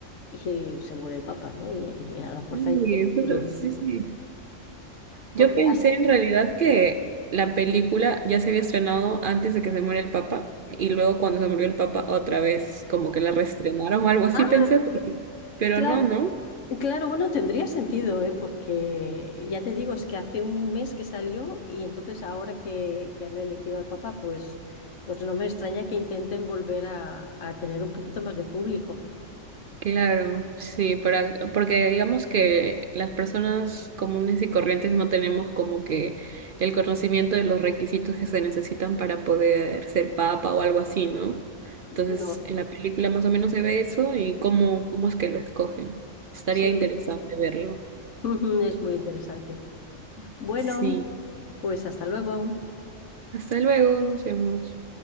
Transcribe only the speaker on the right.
Sí,
eso-
sí, sí.
Yo pensé
en realidad que la película ya se había estrenado antes de que se muera el Papa y luego cuando se murió el Papa otra vez como que la reestrenaron o algo así
pensé, pero, pero
no, ¿no?
Claro, sí, para, porque digamos que las personas comunes y corrientes no tenemos como que el conocimiento de los requisitos que se necesitan para poder ser papa o algo así, ¿no? Entonces,
en la película más o menos se ve eso y cómo, cómo es que lo escogen. Estaría
interesante verlo.
Sí,
hasta luego, nos vemos.